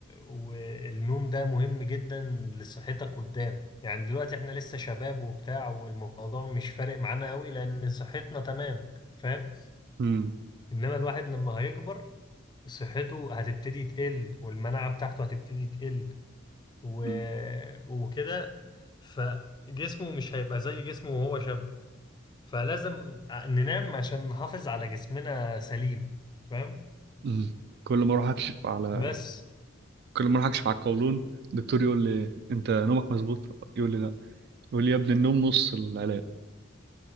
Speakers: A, on the left (about 20°); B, on the right (about 55°).
A: والنوم ده مهم جدا لصحتك قدام يعني دلوقتي إحنا لسه شباب وبتاع والموضوع مش فارق معانا قوي لأن صحتنا تمام فاهم
B: تاني
A: إنما الواحد لما هيكبر صحته هتبتدي تقل والمناعة بتاعته هتبتدي تقل و...
B: مم.
A: وكده فجسمه مش هيبقى زي جسمه وهو شاب فلازم ع- ننام عشان نحافظ على جسمنا سليم فاهم
B: مم. كل ما اروح اكشف على
A: بس
B: كل ما اروح اكشف على القولون الدكتور يقول لي انت نومك مظبوط يقول لي لا يقول لي يا ابني النوم نص العلاج